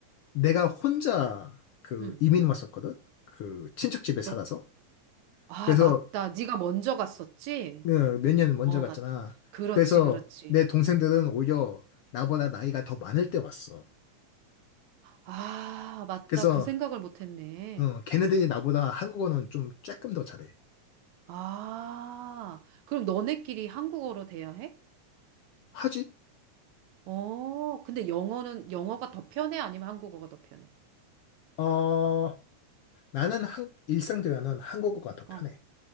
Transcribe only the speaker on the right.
응.
너, 아,
맞다. 네가 먼저 갔었지?
어,
맞. 그렇지,
그렇지.
어,
어.
아, 맞다.
그 생각을 못 했네.
아, 그럼 너네끼리 한국어로 돼야 해?
어, 근데 영어는, 영어가 더 편해? 아니면 한국어가 더 편해?
어,